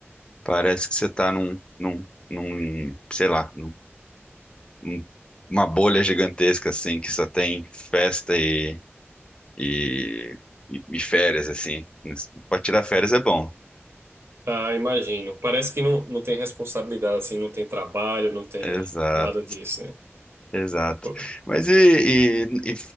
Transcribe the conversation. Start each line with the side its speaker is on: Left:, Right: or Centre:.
Left: parece que você tá num, num, num, sei lá, um- uma bolha gigantesca, assim, que só tem festa e, e, e- e férias, assim. Para tirar férias é bom.
Right: Ah, imagino. Parece que não, não tem responsabilidade, assim, não tem trabalho, não tem
Left: Exato,
Right: nada disso, né?
Left: exato.
Right: Pô.
Left: Mas e, e,